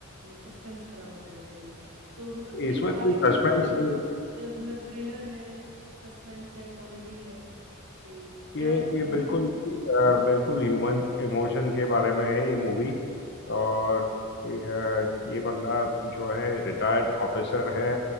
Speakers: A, on the right; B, on the left.
A: सस्पेंस खराब हो जाए मेरे लिए तो मतलब किस
B: इसमें
A: बारे
B: कोई
A: में
B: सस्पेंस
A: स्टोरी
B: नहीं
A: है अ, मतलब थ्रिलर है सस्पेंस है कॉमेडी है कि
B: ये
A: क्या जॉनर
B: ये बिल्कुल
A: है
B: अ, बिल्कुल ह्यूमन इमोशन के बारे में है ये मूवी और ये, अ, ये बंदा जो है रिटायर्ड ऑफिसर है